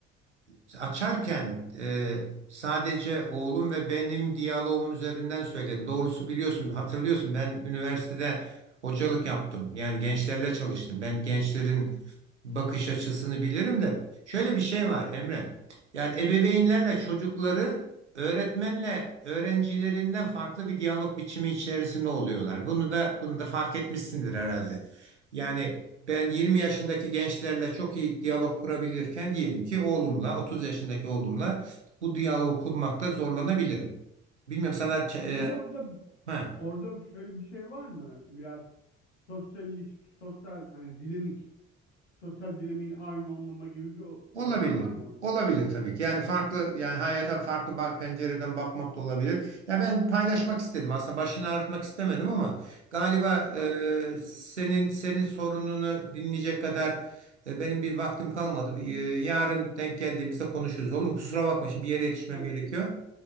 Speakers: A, on the right; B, on the left.
A: e, Açarken e, sadece oğlum ve benim diyaloğum üzerinden söyledim. Doğrusu biliyorsun, hatırlıyorsun ben üniversitede hocalık yaptım. Yani gençlerle çalıştım. Ben gençlerin bakış açısını bilirim de şöyle bir şey var Emre. Yani ebeveynlerle çocukları öğretmenle öğrencilerinden farklı bir diyalog biçimi içerisinde oluyorlar. Bunu da bunu da fark etmişsindir herhalde. Yani ben 20 yaşındaki gençlerle çok iyi diyalog kurabilirken diyelim ki oğlumla 30 yaşındaki oğlumla bu diyaloğu kurmakta zorlanabilirim. Bilmiyorum sana ç-
B: Ama
A: e,
B: orada
A: ha.
B: orada şöyle bir şey var mı? Biraz sosyal ilişki, sosyal hani dinamik, sosyal dinamiğin aynı olmama gibi bir o- olay
A: Olabilir.
B: var mı orada?
A: Olabilir tabii ki. Yani farklı yani hayata farklı ba- pencereden bakmak da olabilir. Ya ben paylaşmak istedim. Aslında başını ağrıtmak istemedim ama galiba
B: Yok,
A: e,
B: benim
A: senin senin sorununu dinleyecek kadar e, benim bir vaktim kalmadı. E, yarın denk geldiğimizde konuşuruz. Oğlum kusura
B: hiç
A: bakma
B: sorun
A: şimdi bir yere
B: değil.
A: yetişmem
B: Tabii,
A: gerekiyor.